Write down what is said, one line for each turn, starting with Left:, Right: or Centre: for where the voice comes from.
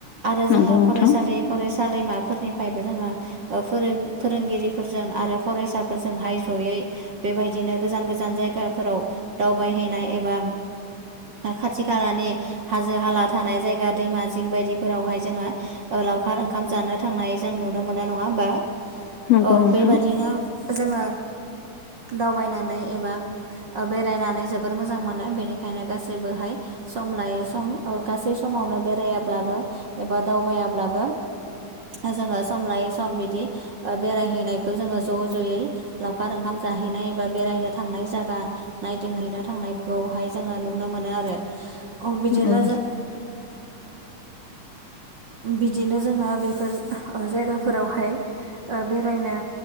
Right: आरो
Left: नंगौ
Right: जोङो
Left: नोंथां
Right: फरायसालि फरायसालिमाफोरनिफ्रायबो जोङो ओ फोरों-फोरोंगिरि फोरजों आरो फरायसाफोरजोंहाय जयै बेबायदिनो गोजान गोजान जायगाफोराव दावबायहैनाय एबा खाथि खालानि हाजो हाला थानाय जायगा दैमा जिं बायदिफोरावहाय जोङो ओ लावखार ओंखाम जानो थांनाय जों नुनो मोनो नङा होमबा?
Left: नंगौ
Right: औ
Left: नोंथां
Right: बेबादिनो जोङो दावबायनानै एबा ओ बेरायनानै जोबोर मोजां मोनो बेनिखायनो गासैबोहाय सम लायै सम ओ गासै समावनो बेरायाब्लाबो एबा दावबायाब्लाबो जोङो सम लायो सम बिदि ओ बेरायहैनायखौ जोङो ज' ज'यै लावखार ओंखाम जाहैनाय एबा बेरायनो थांनाय जायगा नायदिंहैनो थांनायखौहाय जोङो नुनो मोनो आरो बिदिनो
Left: औ
Right: ओ जों बिदिनो जोङो बेफोर आ आह जायगाफोरावहाय बेरायनो